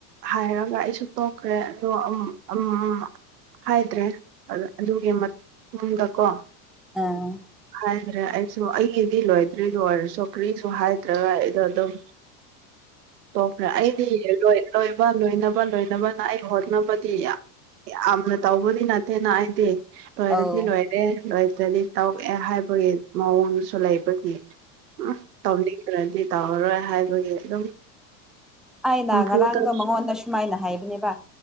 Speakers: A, on the right; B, in the centre.
A: ꯍꯥꯏꯔꯒ ꯑꯩꯁꯨ ꯇꯣꯛꯈ꯭ꯔꯦ ꯑꯗꯣ ꯎꯝ ꯍꯥꯏꯗ꯭ꯔꯦ ꯑꯗꯨꯒꯤ ꯃꯇꯨꯡꯗꯀꯣ
B: ꯑꯥ
A: ꯍꯥꯏꯈ꯭ꯔꯦ ꯑꯩꯁꯨ ꯑꯩꯒꯤꯗꯤ ꯂꯣꯏꯗ꯭ꯔꯤ ꯂꯣꯏꯔꯁꯨꯣ ꯀꯔꯤꯁꯨ ꯍꯥꯏ ꯅ꯭ꯔꯒ ꯑꯩꯗꯣ ꯑꯗꯨꯝ ꯇꯣꯛꯈ꯭ꯔꯦ ꯑꯩꯗꯤ ꯂꯣꯏ ꯂꯣꯏ ꯂꯣꯏꯅꯕ ꯂꯣꯏꯅꯕꯅ ꯑꯩ ꯍꯣꯠꯅꯕꯗꯤ ꯌꯥꯝꯅ ꯇꯧꯕꯗꯤ ꯅꯠꯇꯦꯅ ꯑꯩꯗꯤ ꯂꯣꯏꯔꯗꯤ
B: ꯑꯧ
A: ꯂꯣꯏꯔꯦ ꯂꯣꯏꯗ꯭ꯔꯗꯤ ꯇꯧꯑꯦ ꯍꯥꯏꯕꯒꯤ ꯃꯑꯣꯡꯁꯨ ꯂꯩꯕꯒꯤ ꯎꯝ ꯇꯧꯅꯤꯡꯗ꯭ꯔꯗꯤ ꯇꯧꯔꯔꯣꯏ ꯍꯥꯏꯕꯒꯤ ꯑꯗꯨꯝ
B: ꯑꯩꯅ
A: ꯅꯝꯐꯨꯗ
B: ꯉꯔꯥꯡꯗꯣ ꯃꯉꯣꯟꯗ ꯁꯨꯃꯥꯏꯅ ꯍꯥꯏꯕꯅꯦꯕ